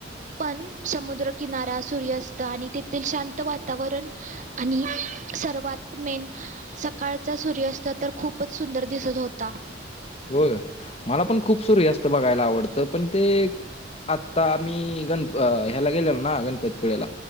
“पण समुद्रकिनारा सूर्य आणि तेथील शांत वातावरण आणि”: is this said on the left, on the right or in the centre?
Right